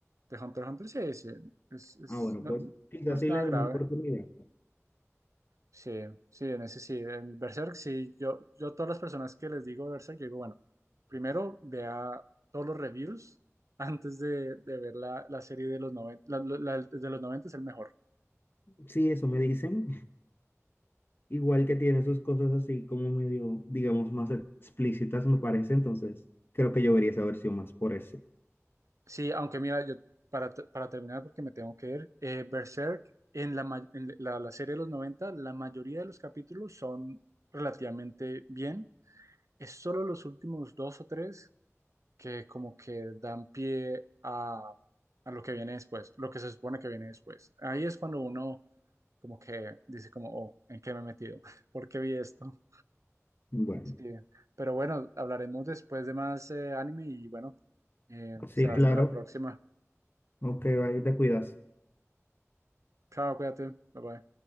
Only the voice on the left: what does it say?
Ah,
bueno,
pues quizás
sí
le dé
una oportunidad.
Sí, eso me dicen. Igual que tiene sus cosas así como medio, digamos, más explícitas, me parece. Entonces, creo que yo vería esa versión más por eso.
Bueno,
sí,
Sí. claro.
Ok, ahí te cuidas.